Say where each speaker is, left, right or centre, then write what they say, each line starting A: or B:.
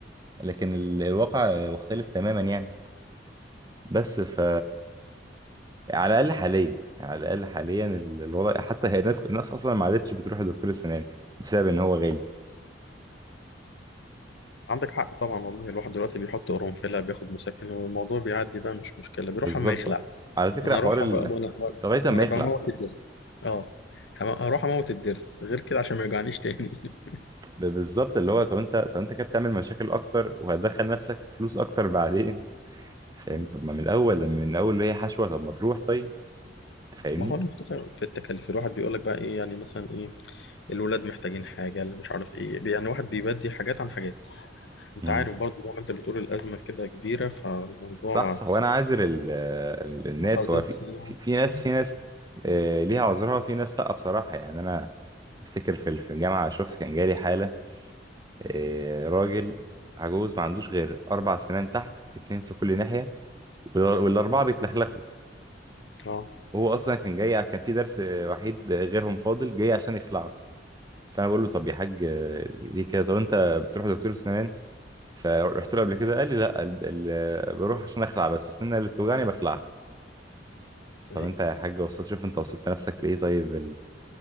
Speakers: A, on the right; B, on the left.
A: لكن ال- الواقع مختلف تماما يعني بس ف يعني على الاقل حاليا يعني على الاقل حاليا ال- الوضع حتى هي الناس الناس اصلا ما عادتش بتروح لدكتور السنان بسبب ان هو غالي
B: عندك حق طبعا والله الواحد دلوقتي بيحط قرنفلة بياخد مسكن والموضوع بيعدي بقى مش مشكلة بيروح
A: بالظبط
B: أما يخلع
A: على فكره
B: أنا
A: حوار
B: أروح
A: ال...
B: بقى وأنا وأنا
A: لغايه
B: وأنا
A: ما يخلع
B: بموت الدرس أه هم- هروح أموت الدرس غير كده عشان ما يوجعنيش تاني <laughs>
A: ب- بالظبط اللي هو طب انت طب انت كده بتعمل مشاكل اكتر وهتدخل نفسك في فلوس اكتر بعدين فاهمني
B: مم.
A: طب ما من الاول لما من الاول اللي هي حشوه طب ما تروح طيب انت فاهمني
B: ما هو المشكلة في التكاليف الواحد بيقول لك بقى ايه يعني مثلا ايه الولاد محتاجين حاجة اللي مش عارف ايه يعني واحد بيبدي حاجات عن حاجات انت
A: امم
B: عارف برضه زي ما انت بتقول الأزمة كده كبيرة فالموضوع
A: صح صح وانا عاذر ال... ال- الناس
B: قفزات
A: هو في
B: سريعة
A: في, في ناس
B: مم.
A: في ناس آه، ليها عذرها وفي ناس لا بصراحه يعني انا افتكر في في الجامعه شفت كان جالي حاله آه، راجل عجوز ما عندوش غير اربع سنان تحت اتنين في كل ناحيه وال- والاربعه بيتلخلخوا
B: اه
A: وهو اصلا كان جاي كان في درس آه، وحيد غيرهم فاضل جاي عشان يخلعه فانا بقول له طب يا حاج آه، ليه كده طب انت بتروح دكتور السنان فرحت له قبل كده قال لي لا ال- ال- بروح عشان اخلع بس السنه اللي بتوجعني بخلعها
B: اهي
A: طب انت يا حاج وصلت شوف انت وصلت نفسك لايه طيب